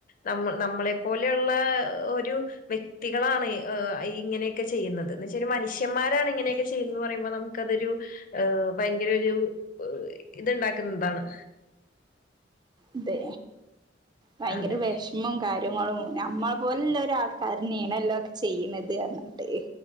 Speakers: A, on the left (about 50°); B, on the right (about 25°).
A: നമ്മൾ നമ്മളെ പോലെയുള്ള ഒരു വ്യക്തികളാണ് ഏഹ് ഇങ്ങനെ ക്കെ ചെയ്യുന്നത് എന്ന് വെച്ച ഒരു മനുഷ്യന്മാാണ് ഇങ്ങനൊക്കെ ചെയ്യുന്നത് പറുമ്പോ നമുക്കതൊരു ഏഹ് ഭയങ്കര ഒരു ഇത്ണ്ടാക്കുന്നതാണ്.
B: അതെ ഭയങ്കര
A: അതെ.
B: വിഷമം കാര്യ കാര്യങ്ങളും നമ്മളെ പോലെുള്ളരാൾക്കാരനെയണല്ലോ ഒക്കെ ചെയ്യുന്നത് പറഞ്ഞിട്ട്.